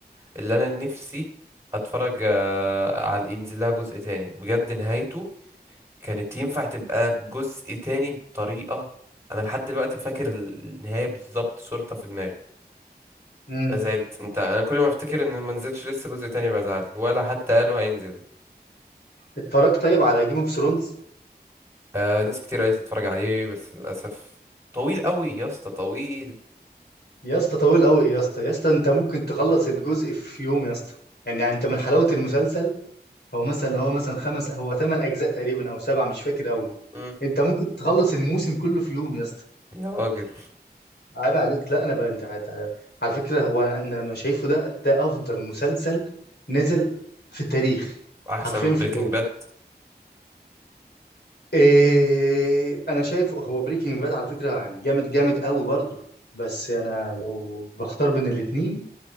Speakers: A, on the right; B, on the left.
A: اللي انا نفسي اتفرج آه، على ينزل لها جزء تاني بجد نهايته كانت ينفع تبقى جزء تاني بطريقه انا لحد دلوقتي فاكر النهايه بالظبط صورتها في دماغي
B: امم
A: انا زعلت انت انا كل ما افتكر ان ما نزلش لسه جزء تاني بزعل ولا حتى قالوا هينزل
B: اتفرجت طيب على جيم اوف ثرونز
A: آه ناس كتير قالت تتفرج عليه بس للاسف طويل قوي يا اسطى طويل
B: يا اسطى طويل قوي يا اسطى يا اسطى انت ممكن تخلص الجزء في يوم يا اسطى يعني انت من حلاوه المسلسل هو مثلا اللي هو مثلا خمس هو ثمان اجزاء تقريبا او سبعه مش فاكر قوي
A: مم.
B: انت ممكن تخلص الموسم كله في يوم يا اسطى
A: يا راجل
B: عيب عليك لا انا بقى انت عاد- على فكره هو انا لما شايفه ده ده افضل مسلسل نزل في التاريخ
A: احسن
B: حرفيا
A: من
B: في
A: بريكنج
B: التاريخ
A: باد
B: إيه انا شايفه هو بريكنج باد على فكره يعني جامد جامد قوي برضه بس انا لو بختار بين الاثنين